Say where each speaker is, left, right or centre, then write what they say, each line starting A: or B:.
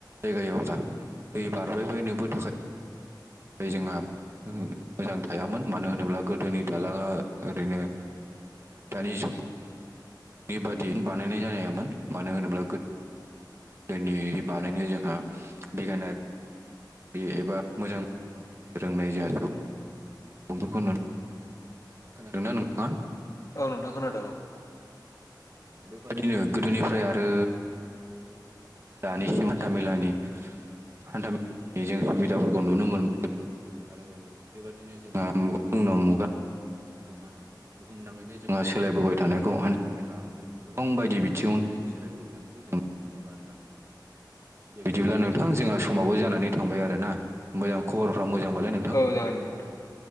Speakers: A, on the right; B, on the left.
A: जायगायाव जा दै बारबायबायनोबो थाखाय जोंहा मोजां थायामोन मानो होनोब्ला गोदोनि दालांङा ओरैनो दानि जुगनि नि बादि बानायनाय जानायामोन मानो होनोब्ला गो दोनि बानायनो जोंहा बिगियानारि एबा मोजां मेलेम बाहायनो रोंनाय जायासै <unintelligible> खोनादोंना नोंथाङा
B: औ नोंथांखौ खोनादों औ
A: बेबादिनो गोदोनिफ्राय आरो दानिसिम हान्था मेलानि हान्था मेलानि जों सुबिदाफोरखौ नुनो मोनबोजोबदों आरो आरो बेबादिनो जोंहा मुगानि उनाव मुगा जोंहा बुहुमनााङैनो जोंहा सोलायबोबाय थानायखौ हान्था मेला आरो गोबां बायदि बिथिंङावनो जोंहा सोलायबो थानायखौ जों नुनो मोनदों आरोना नोंथां दे बिदिब्ला नोंथां जोंहा समावबो जानानै थांबाय आरो ना मोजां खबरफ्रा मोजांबालाय नोंथां
B: औ जागोन दे नोंथां